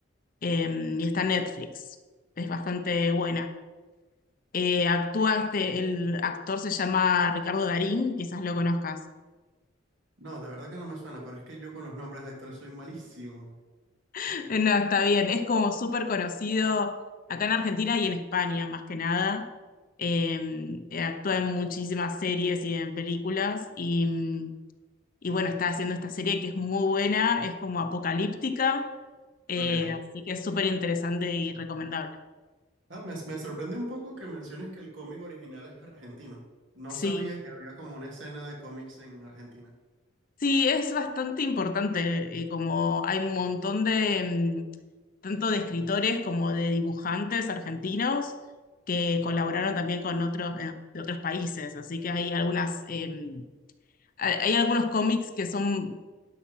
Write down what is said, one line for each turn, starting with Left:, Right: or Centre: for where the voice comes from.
Left: em, y está en Netflix. Es bastante buena. Eh, actúa este, el actor se llama Ricardo Darín, quizás lo conozcas.
Right: No, de verdad que no me suena, pero es que yo con los nombres de actores soy malísimo.
Left: <laughs> No, está bien, es como súper conocido acá en Argentina y en España más que nada. em, eh, actúa en muchísimas series y en películas y, mm, y bueno, está haciendo esta serie que es muy buena, es como apocalíptica, eh,
Right: Ok.
Left: así que es súper interesante y recomendable.
Right: Ah, me, me sorprende un poco que menciones que el cómic original es argentino. No
Left: Sí,
Right: sabía que había como una escena de cómics en Argentina.
Left: sí, es bastante importante, eh, como hay un montón de, mm, tanto de escritores como de dibujantes argentinos que colaboraron también con otros, eh, de otros países, así que hay algunas... em, hay hay algunos cómics que son